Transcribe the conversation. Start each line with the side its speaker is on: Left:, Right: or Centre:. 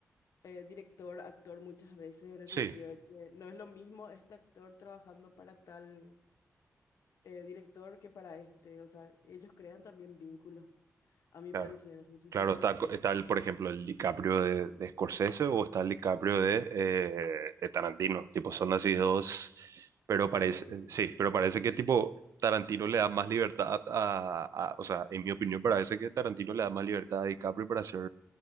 Left: eh, director-actor muchas veces, en el
Right: Sí,
Left: sentido de que no es lo mismo este actor trabajando para tal eh, director que para este. O sea, ellos crean también vínculos, a mi
Right: claro.
Left: parecer, o sea, se
Right: Claro,
Left: siente
Right: está,
Left: así,
Right: co- está el, por ejemplo, el DiCaprio de, de Scorsese o está el DiCaprio de, eh, de Tarantino. Tipo, son así dos, pero
Left: totalmente
Right: parece,
Left: distinto.
Right: eh, sí, pero parece que tipo Tarantino le da más libertad a, a- o sea, en mi opinión parece que Tarantino le da más libertad a DiCaprio para hacer